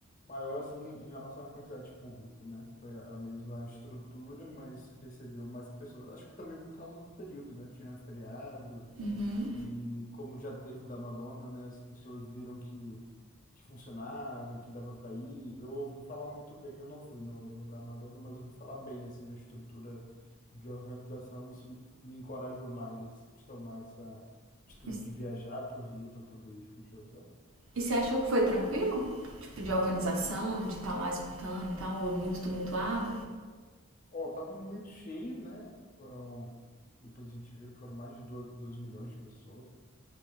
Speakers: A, on the left; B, on the right.
A: maior, assim, em relação à quantidade de público, né? Foi a a mesma estrutura, mas recebeu mais pessoas. Acho que também por causa do período, né? Tinha feriado,
B: Uhum.
A: E como já teve o da Madonna, né, as pessoas viram que, que funcionava, que dava para ir. Eu ouvi falar muito bem. Eu não fui no, no da Madonna, mas ouvi falar bem assim da estrutura de organização. Isso me me encorajou mais de tomar essa atitude
B: E,
A: de viajar para o Rio para poder ir pro show, sabe?
B: e você achou que foi tranquilo? Tipo, de organização, de estar lá escutando e tal, ou é muito tumultuado?
A: Ó, tava muito cheio, né? Foram. Depois a gente viu que foram mais de 2 milhões de pessoas.